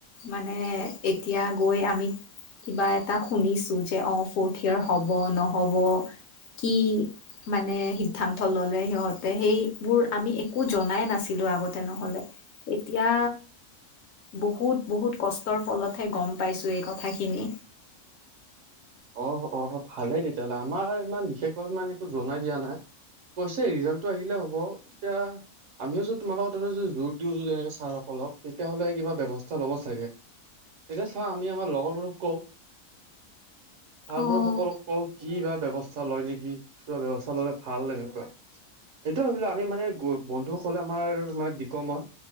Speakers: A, on the left (about 65°); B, on the right (about 65°).
A: মানে এতিয়া আমি কিবা এটা শুনিছো যে, অ' ফৰ্ট <inaudible> হব নহব কি মানে সিদ্ধান্ত ললে সিহঁতে সেইবোৰ আমি একো জনাই নাছিলো। ছিলো, আগতে নহলে এতিয়া বহুত- বহুত কষ্টৰ ফলতহে গম পাইছো এই কথাখিনি।
B: অ' অ' ভালেই তেতিয়াহ'লে আমাৰ ইমান বিশেষভাৱে ইমান একো জনাই দিয়া নাই। কৈছে ৰিজাল্টটো আহিলে হ'ব এতিয়া আমিও যে তোমাল লগত জোৰ দিও তেনেকে ছাৰ অক তেতিয়াহ'লে কিবা ব্যয়ৱস্থা ল'ব চাগে। তেতিয়া চা আমি আমাৰ লগৰবোৰক কওঁ, ছাৰবোৰ
A: অ',
B: সকলক কওঁ কিব বা ব্যৱস্থা লয় নেকি কিবা ব্যৱস্থা ললে ভাল এনেকুৱা। এইটো ভাবিলো আমি মানে বন্ধুসকলে আমাৰ মানে বিকমৰ